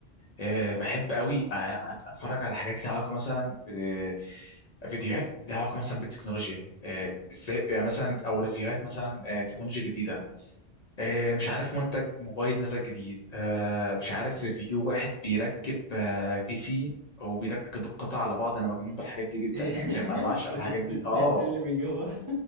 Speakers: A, on the left (about 55°); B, on the right (about 25°).
A: آه، بحب قوي أ- أ- اتفرج على حاجات ليها علاقه مثلا آه، فيديوهات ليها علاقه مثلا بالتكنولوجيا آه، ازاي يعني مثلا او ريفيوهات مثلا آه، تكنولوجيا جديده آه، مش عارف منتج موبايل نزل جديد آه، مش عارف ريفيو واحد بيركب آه، بي سي او بيركب القطع على بعض انا مجنون بالحاجات دي جدا
B: <laughs>
A: يعني فاهم انا بعشق
B: بتغسل
A: الحاجات دي اه
B: تغسل لي من جوه